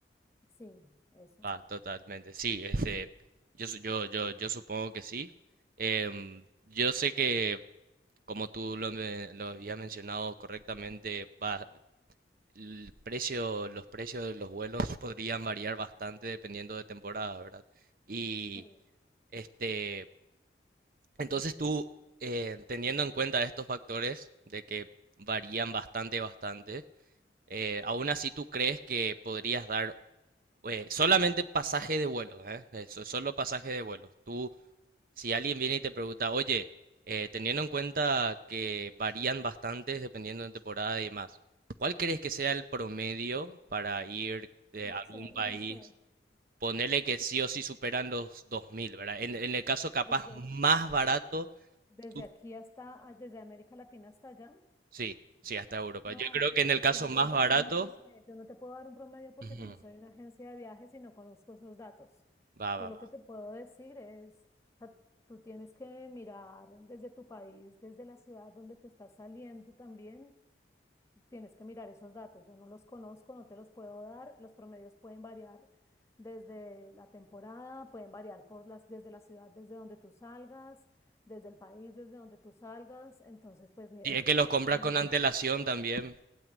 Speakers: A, on the left; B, on the right.
A: Sí, eso.
B: Ah, totalmente, sí, este, yo, su- yo, yo, yo supongo que sí. Em, yo sé que, como tú lo, me- lo habías mencionado correctamente, va, el precio, los precios de los vuelos podrían variar bastante dependiendo de temporada, ¿verdad? Y,
A: Sí,
B: este, entonces tú, eh, teniendo en cuenta estos factores de que varían bastante, bastante, eh, aún así tú crees que podrías dar eh, solamente pasaje de vuelo, ¿eh? Eso, solo pasaje de vuelo. Tú, si alguien viene y te pregunta, oye, eh, teniendo en cuenta que varían bastantes dependiendo de temporada y demás, ¿cuál crees que sea el promedio para ir de
A: no
B: algún
A: sé,
B: país?
A: no sé.
B: Ponerle que sí o sí superan los 2.000, ¿verdad? En, en el caso capaz
A: Desde,
B: más barato,
A: desde
B: tú-
A: aquí hasta, desde América Latina hasta allá,
B: sí, sí, hasta Europa.
A: No,
B: Yo creo que en el caso
A: la
B: más
A: vuelta,
B: barato,
A: no, no sé, yo no te puedo dar un promedio porque
B: ujú,
A: yo no soy una agencia de viajes y no conozco esos datos.
B: va,
A: Yo
B: va,
A: lo
B: va.
A: que te puedo decir es, o sea, tú tienes que mirar desde tu país, desde la ciudad donde tú estás saliendo también, tienes que mirar esos datos. Yo no los conozco, no te los puedo dar. Los promedios pueden variar desde la temporada, pueden variar por las, desde la ciudad, desde donde tú salgas, desde el país, desde donde tú salgas. Entonces, pues ni idea.
B: Y es que los compras
A: Ni
B: con
A: idea.
B: antelación también.